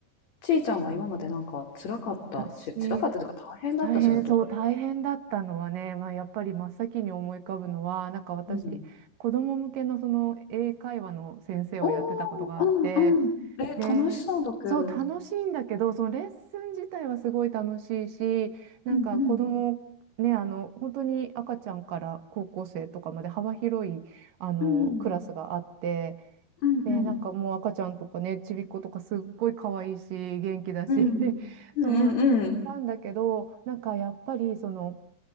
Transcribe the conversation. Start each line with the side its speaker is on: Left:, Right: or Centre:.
Left: ちいちゃんは今までなんか辛かったし辛かったというか大変だった仕事ある？
Right: 私、大変そう、大変だったのはね、まあ、やっぱり真っ先に思い浮かぶのは、なんか私、
Left: うん。
Right: 子供向けのその英会話の先生をやってたことがあって、
Left: おお、うんうん。え、
Right: で、
Left: 楽しそうだけど。
Right: そう、楽しいんだけど、そのレッスン自体はすごい楽しいし、なんか子供、
Left: うんうん
Right: ね、あの、本当に赤ちゃんから高校生とかまで幅広い、あの、
Left: うん
Right: クラスがあって、
Left: うんうんうん。
Right: で、なんかもう赤ちゃんとかね、ちびっことかすっごい可愛いし、元気だし、
Left: うんうんうん。
Right: <laughs> そう、なんだけど、なんかやっぱりその、